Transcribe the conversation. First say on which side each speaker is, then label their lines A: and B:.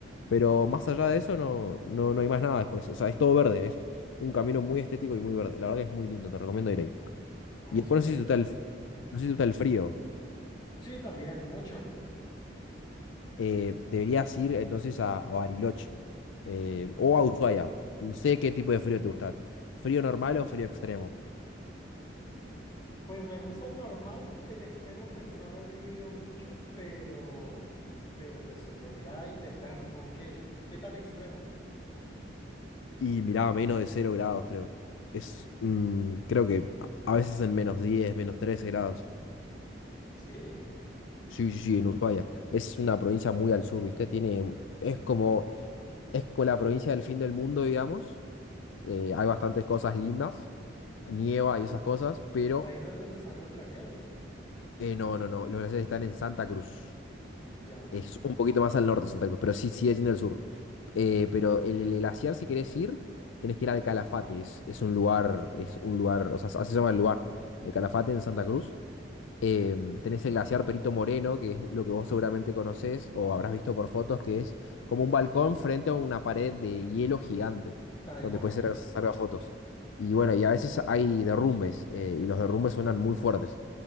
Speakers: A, on the left; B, on the left.
A: Pero más allá de eso no, no, no hay más nada después. O sea, es todo verde, es un camino muy estético y muy verde. La verdad que es muy lindo, te recomiendo ir ahí.
B: Ah,
A: Y después
B: súper
A: no sé si te
B: bien.
A: gusta el, no sé si te gusta el frío.
B: Sí, también, mucho.
A: Eh, deberías ir entonces a, a Bariloche eh, o a Ushuaia. No sé qué tipo de frío te gusta. ¿Frío normal o frío extremo?
B: Pues me gusta el normal, el extremo pues no lo he vivido mucho, pero, pero pues se podría intentar, <laughs> ¿por qué? ¿Qué tan extremo?
A: Y miraba menos de cero grados, creo. Es, mm, creo que a a veces en menos 10 menos 13 grados.
B: Sí,
A: Sí, sí, sí, en Ushuaia. Es una provincia muy al sur, ¿viste? Tiene, es como, es con la provincia del fin del mundo, digamos. Eh, hay bastantes cosas lindas, nieva y esas cosas, pero
B: ahí no es donde están los glaciares,
A: eh, no, no, no. Los glaciares están en Santa Cruz.
B: ya,
A: Es un poquito más al norte de Santa Cruz, pero sí sigue siendo el sur. Eh, pero el, el glaciar, si querés ir, tenés que ir al Calafate. Es, es un lugar, es un lugar, o sea, así se llama el lugar. El Calafate en Santa Cruz. Em, tenés el glaciar Perito Moreno, que es lo que vos seguramente conocés o habrás visto por fotos, que es como un balcón frente a una pared de hielo gigante,
B: tal
A: donde
B: cual.
A: puedes Ujú. hacer- sacar fotos. Y bueno, y a veces hay derrumbes, eh, y los derrumbes suenan muy fuertes.